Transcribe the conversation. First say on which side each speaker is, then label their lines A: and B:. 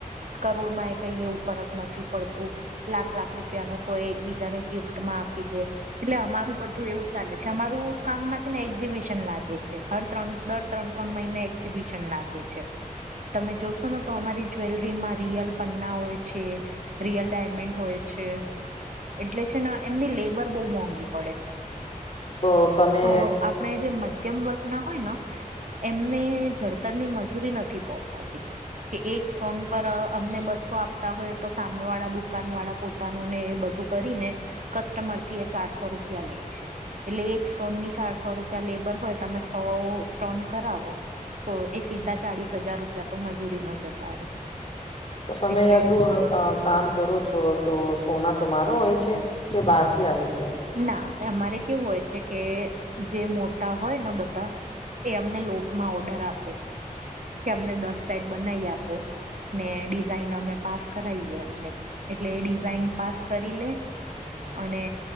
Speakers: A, on the right (about 65°); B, on the left (about 45°).
A: કરોડમાં એ કઈ એવું ફરક નથી પડતું. લાખ લાખ રૂપિયાનું તો એકબીજાને ગિફ્ટમાં આપી દે એટલે અમારું બધું એવું ચાલે છે, અમારું કામમાં છે, ને એક્ઝિબિશન લાગે છે, હર ત્રણ દર ત્રણ ત્રણ મહિને એક્ઝિબિશન લાગે છે. તમે જોશો ને તો અમારી જ્વેલરીમાં રિયલ પન્ના હોય છે. રિયલ ડાયમંડ હોય છે. એટલે છે, ને એમની લેબર બો મોંઘી પડે
B: તો તમે
A: તો આપણે જે મધ્યમ વર્ગન હોય ન એમને જડતરની મજૂરી નથી પોસાતી. કે એક સ્ટોન પર અમને બસો આપતા હોય તો સામે વાળા દુકાન વાળા પો તાનું ને એ બધું કરીને કસ્ટમરથી એ ચારસો રૂપિયા લે છે. એટલે એક સ્ટોન ની ચારસો રૂપિયા લેબર હોય તમે સો સ્ટોન કરાવો તો એ સીધા ચાળસ હજાર રૂપિયા તો મજૂરીમાં જતા રે.
B: તો તમે
A: એટલે
B: અજું અ કામ કરો છો તો સોના તોમારો હોય છે કે બહારથી આવે છે?
A: ના એમારે કેવું હોય છે કે જે મોટા હોય ને બધા એ અમને લોટમાં ઓર્ડર આપે કે અમને દસ સેટ બનાઈ આપો ને ડિઝાઇન અમે પાસ કરાઈએ એમને એટલે એ ડિઝાઇન પાસ કરી લે
B: <inaudible>
A: અને